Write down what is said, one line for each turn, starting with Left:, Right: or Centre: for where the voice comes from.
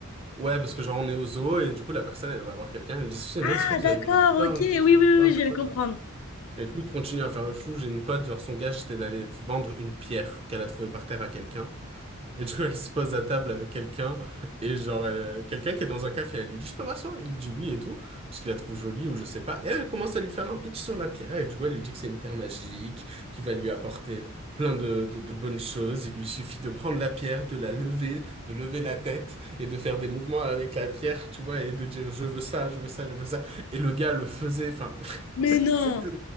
Right: Ouais, parce que genre, on est au zoo et du coup, la personne, elle va voir quelqu'un, elle dit, excusez-moi,
Left: Ah,
Right: est-ce que vous
Left: d'accord,
Right: avez vu les licornes?
Left: ok, oui,
Right: Je cherche
Left: oui,
Right: les
Left: oui,
Right: licornes,
Left: oui, je
Right: tout
Left: viens
Right: ça,
Left: de comprendre.
Right: tu vois. Et du coup, il continue à faire le fou. J'ai une pote, genre, son gage, c'était d'aller vendre une pierre qu'elle a trouvée par terre à quelqu'un. Et du coup, elle se pose à table avec quelqu'un, et genre, euh, quelqu'un qui est dans un café, elle lui dit, je peux m'asseoir? Il lui dit oui et tout, parce qu'il la trouve jolie ou je sais pas. Et elle commence à lui faire un pitch sur la pierre, et du coup, elle lui dit que c'est une pierre magique, qui va lui apporter plein de, de, de bonnes choses. Il lui suffit de prendre la pierre, de la lever, de lever la tête, et de faire des mouvements avec la pierre, tu vois, et de dire, je veux ça, je veux ça, je veux ça. Et le gars le faisait, enfin,
Left: Mais non!
Right: c'est tout-